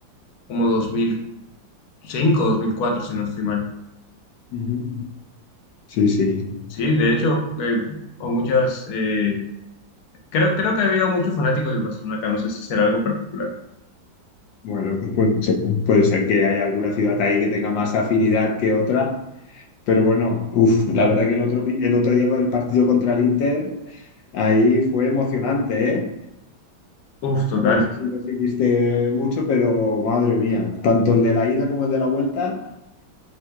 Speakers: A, on the left; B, on the left.
A: como 2005, 2004, si no estoy mal.
B: Ujú. Sí, sí.
A: Sí, de hecho, eh, o muchas, eh, creo, creo que había muchos fanáticos del Barcelona acá, no sé si será algo particular.
B: Bueno, pues puede ser, puede ser que haya alguna ciudad ahí que tenga más afinidad que otra, pero bueno, uf, la verdad que el otro, el otro día con el partido contra el Inter, ahí fue emocionante, ¿eh?
A: Uf, total.
B: No sé si lo seguiste mucho, pero madre mía, tanto el de la ida como el de la vuelta,